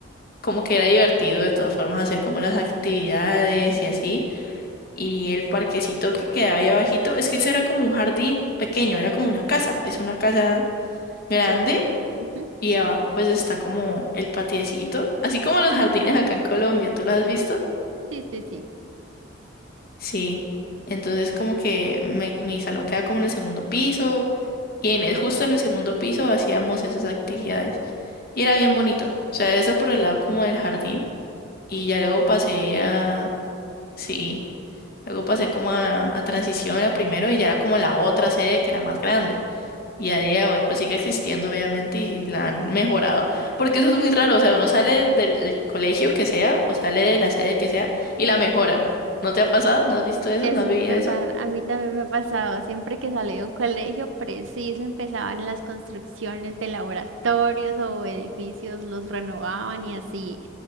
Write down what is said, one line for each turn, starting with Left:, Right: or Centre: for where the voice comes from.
Left: como que era divertido de todas formas hacer como las actividades y así. Y el parquecito que quedaba ahí abajito, es que eso era como un jardín pequeño, era como una casa, es una casa grande
Right: Sí. ujú,
Left: y abajo pues está como el patiecito, así como los jardines acá en Colombia, ¿tú los has visto?
Right: Sí, sí, sí.
Left: Sí. Entonces como que me- mi salón queda como en el segundo piso y en el, justo en el segundo piso hacíamos esas actividades y era bien bonito. O sea, eso por el lado como del jardín y ya luego
Right: Qué
Left: pasé
Right: chévere.
Left: a, sí, luego pasé como a, a transición a primero y ya era como la otra sede que era más grande. Y a día de hoy pues sigue existiendo obviamente y la han mejorado. Porque eso es muy raro, o sea, uno sale del, del colegio que sea o sale de la sede que sea y la mejoran. ¿No te ha pasado? ¿No has visto eso?
Right: Eso
Left: ¿No has vivido
Right: es verdad,
Left: eso?
Right: a mí también me ha pasado, siempre que salí de un colegio, preciso empezaban las construcciones de laboratorios o edificios, los renovaban y así.